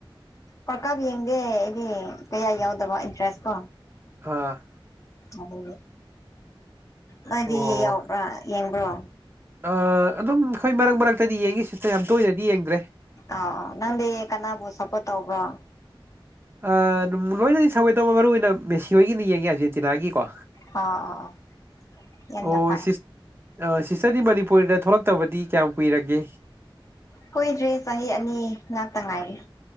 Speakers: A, on the left; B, on the right.
A: ꯄꯀꯥꯕꯤ ꯌꯦꯡꯦ ꯏꯗꯤ ꯀꯌꯥ ꯌꯥꯎꯗꯕ ꯏꯟꯇꯔꯦꯁ ꯀꯣ
B: ꯑ
A: ꯑꯗꯨ ꯅꯗꯤ
B: ꯑꯣ
A: ꯌꯥꯎꯕ꯭ꯔꯥ ꯌꯦꯡꯕ꯭ꯔꯣ
B: ꯑ ꯑꯗꯨꯝ ꯑꯩꯈꯣꯏ ꯃꯔꯛ ꯃꯔꯛꯇꯗꯤ ꯌꯦꯡꯉꯁꯤꯇ ꯌꯥꯝ ꯇꯣꯏꯅꯗꯤ ꯌꯦꯡꯗ꯭ꯔꯦ
A: ꯑ ꯅꯪꯗꯤ ꯀꯅꯥꯕꯨ ꯁꯞꯄꯣꯔꯠ ꯇꯧꯕ꯭ꯔꯣ
B: ꯑꯗꯨꯝ ꯂꯣꯏꯅꯗꯤ ꯁꯧꯒꯦ ꯇꯧꯕ ꯃꯔꯨꯏ ꯑꯣꯏꯅ ꯃꯦꯁꯤ ꯍꯣꯏꯒꯤꯅ ꯌꯦꯡꯒꯦ ꯍꯧꯖꯤꯗꯤ ꯇꯅꯥꯒꯤ ꯀꯣ
A: ꯑꯣ ꯑꯣ ꯌꯥꯝꯅ
B: ꯑꯣ
A: ꯐꯩ
B: ꯁꯤ ꯁꯤꯁꯇꯔꯗꯤ ꯃꯅꯤꯄꯨꯔꯔꯤꯗ ꯊꯣꯛꯂꯛꯇꯕꯗꯤ ꯀꯌꯥꯝ ꯀꯨꯏꯔꯒꯦ
A: ꯀꯨꯏꯗ꯭ꯔꯦ ꯆꯍꯤ ꯑꯅꯤ ꯉꯥꯛꯇ ꯉꯥꯏꯔꯤꯦ